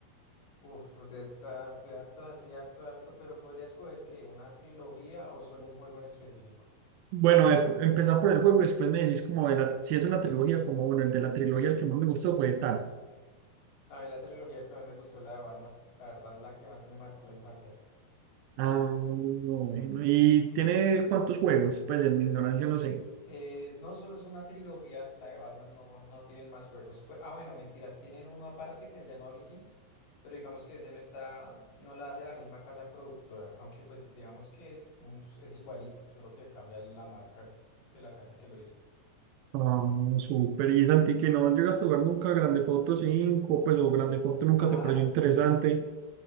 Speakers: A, on the left; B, on the right.
A: Uf, de, tar- de hartos así, harto, harto, pero podría escoger que una trilogía o solo un juego en específico.
B: Bueno, eh, empezar por el juego y después me decís como de la- si es una trilogía, como bueno, el de la trilogía el que más me gustó fue tal.
A: A mí la trilogía que más me gustó es la de Batman, la verdad la que más me marcó la infancia.
B: Ah, bueno. ¿Y tiene cuántos juegos? Pues en mi ignorancia no sé.
A: Eh, no solo es una trilogía, la de Batman no, no tienen más juegos. Pues- ah, bueno, mentiras, tienen uno aparte que se llama Origins, pero digamos que ese no está, no la hace la misma casa productora, aunque pues digamos que es, un- es igualito, solo que cambia la marca de la casa que lo hizo.
B: Ah, súper. Y Santi, que no llegaste a jugar nunca Grande Foto cinco pues o Grande Foto nunca
A: Ah,
B: te pareció
A: sí.
B: interesante.